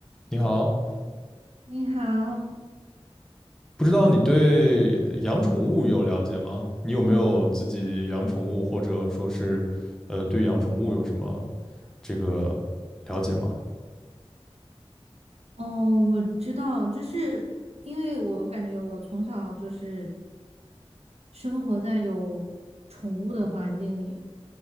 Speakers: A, in the centre; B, on the right.
A: 你好，
B: 你好，
A: 不知道你对养宠物有了解吗？你有没有自己养宠物，或者说是，呃，对养宠物有什么这个了解吗？
B: 哦，我知道，就是因为我感觉我从小就是生活在有宠物的环境里。